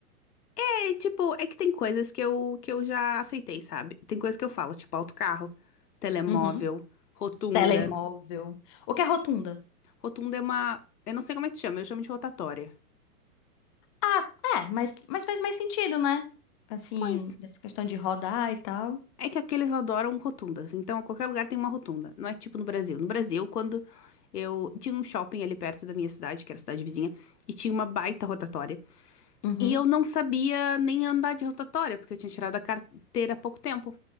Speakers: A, on the left (about 80°); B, on the left (about 20°).
A: É, tipo, é que tem coisas que eu, que eu já aceitei, sabe? Tem coisas que eu falo, tipo autocarro, telemóvel,
B: Uhum.
A: rotunda.
B: Telemóvel. O que é rotunda?
A: Rotunda é uma, eu não sei como é que se chama, eu chamo de rotatória.
B: Ah, é, mas, mas faz mais sentido, né? Assim,
A: Pois.
B: dessa questão de rodar e tal.
A: É que aqui eles adoram rotundas, então qualquer lugar tem uma rotunda. Não é tipo no Brasil. No Brasil, quando eu tinha um shopping ali perto da minha cidade, que era a cidade vizinha, e tinha uma baita rotatória.
B: Uhum.
A: E eu não sabia nem andar de rotatória, porque eu tinha tirado a carteira há pouco tempo.